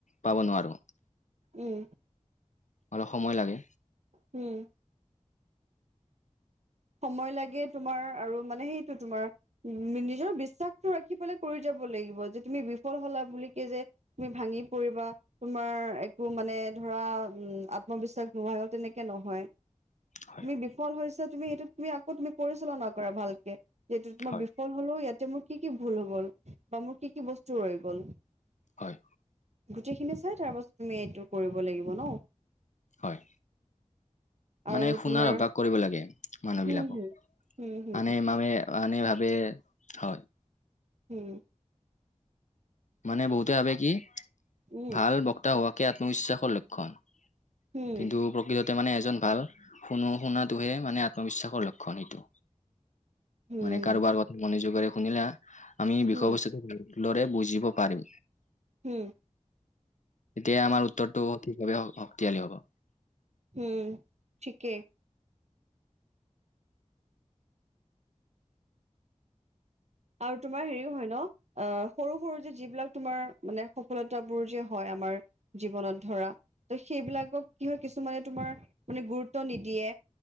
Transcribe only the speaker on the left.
পাব নোৱাৰো।
অলপ সময় লাগে।
হয়
হয়
হয়
হয়
মানে শুনাৰ
অভ্যাস কৰিব লাগে মানে
বিলাকক
মানে মানে মানুহে ভাবে হয়
মানে বহুতে ভাবে কি?
ভাল বক্তা হোৱাকে আত্মবিশ্বাসৰ লক্ষণ।
কিন্তু প্ৰকৃততে মানে এজন। ভাল শুনো শুনাটোহে মানে আত্মবিশ্বাসৰ লক্ষণ এইটো।
মানে কাৰোবাৰ কথা মনোযোগেৰেও শুনিলা আমি
বিষয় বস্তুটো লৰে বুজিব পাৰিম।
তেতিয়া আমাৰ উত্তৰটো সঠিকভাৱে শক্তিশালী হ'ব।